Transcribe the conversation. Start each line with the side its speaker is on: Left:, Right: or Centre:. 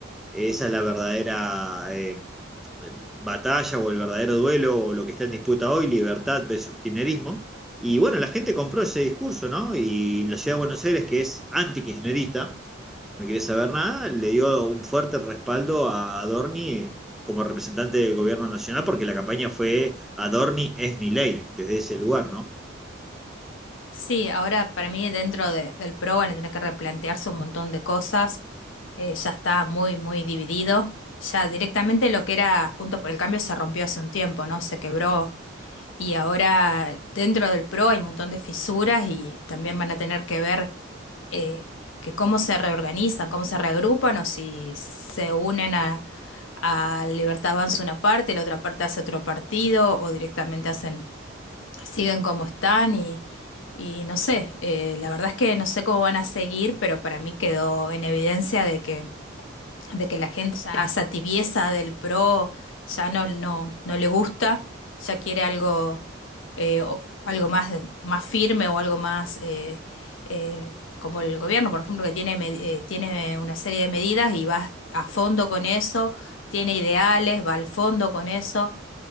Centre: Esa es la verdadera eh, batalla o el verdadero duelo o lo que está en disputa hoy, libertad versus kirchnerismo. Y bueno, la gente compró ese discurso, ¿no? Y la ciudad de Buenos Aires, que es anti-kirchnerista, no quiere saber nada, le dio un fuerte respaldo a Adorni como representante del gobierno nacional, porque la campaña fue Adorni es mi ley, desde ese lugar, ¿no?
Left: Sí, ahora para mí dentro de- del PRO van a tener que replantearse un montón de cosas. Eh, ya está muy, muy dividido. Ya directamente lo que era Juntos por el Cambio se rompió hace un tiempo, ¿no? Se quebró. Y ahora dentro del PRO hay un montón de fisuras y también van a tener que ver eh, que cómo se reorganizan, cómo se reagrupan o si se unen a, a Libertad Avanza una parte, la otra parte hace otro partido o directamente hacen, siguen como están y, y no sé, eh, la verdad es que no sé cómo van a seguir, pero para mí quedó en evidencia de que de que la gente ya esa tibieza del pro ya no, no, no le gusta, ya quiere algo, eh, o- algo más, más firme o algo más eh, eh, como el gobierno, por ejemplo, que tiene, med- eh, tiene una serie de medidas y va a fondo con eso, tiene ideales, va al fondo con eso